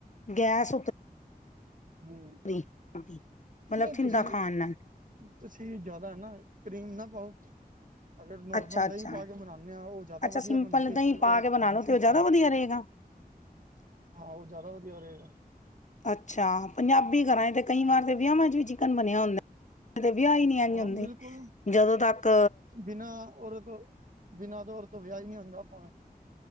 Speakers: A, on the left (about 50°); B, on the right (about 55°).
A: ਗੈਸ ਉਤਰ,
B: ਹੂੰ,
A: ਹਾਂ ਮਤਲਬ
B: ਨਹੀਂ
A: ਧਿੰਦਾ
B: ਤੁਸੀਂ
A: ਖਾਣ ਨਾਲ।
B: ਤੁਸੀਂ ਜਿਆਦਾ ਨਾ, ਕਰੀਮ ਨਾ ਪਾਓ।
A: <unintelligible> <unintelligible>
B: ਅਗਰ ਨੋਰਮਲ
A: ਅੱਛਾ, ਅੱਛਾ,
B: ਦਹੀਂ ਪਾ ਕੇ ਬਣਾਨੇ ਆ ਉਹ ਜ਼ਿਆਦਾ
A: ਅੱਛਾ,
B: ਵਧੀਆ
A: ਸਿੰਪਲ
B: ਬਣਦੀ ਹੈ
A: ਦਹੀਂ
B: ਜੀ ਉਹ
A: ਪਾ ਕੇ
B: ਖਾਣ
A: ਬਣਾ ਲੋ
B: ਚ
A: ਤੇ
B: ਵੀ
A: ਉਹ
B: ਸਵਾਦ
A: ਜ਼ਿਆਦਾ ਵਧੀਆ
B: ਹੈ
A: ਰਹੇਗਾ। <unintelligible> <unintelligible>
B: ਹਾਂ ਉਹ ਜ਼ਿਆਦਾ ਵਧੀਆ ਰਹੇਗਾ।
A: ਅੱਛਾ, ਪੰਜਾਬੀ ਘਰਾਂ ਤੇ ਕਈ ਵਾਰ ਤੇ ਵਿਆਹਾ ਚ ਵੀ ਚਿਕਨ ਬਣਿਆ ਹੁੰਦਾ। ਅਰੇ ਵਿਆਹੀ ਨਹੀ ਆਈ
B: ਹਾਂ
A: ਹੁੰਦੀ,
B: ਬਿਲਕੁਲ
A: ਜਦੋਂ ਤੱਕ
B: ਬਿਨਾਂ ਰੇ ਤੋਂ ਬਿਨਾਂ ਤਾਂ ਰੇ ਤੋਂ ਵਿਆਹ ਹੀ ਨਹੀਂ ਹੁੰਦਾ ਭ